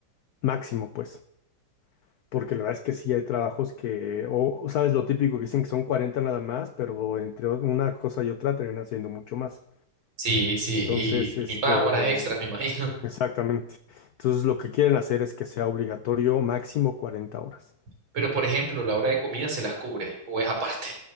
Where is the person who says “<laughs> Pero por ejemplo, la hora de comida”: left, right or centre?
Right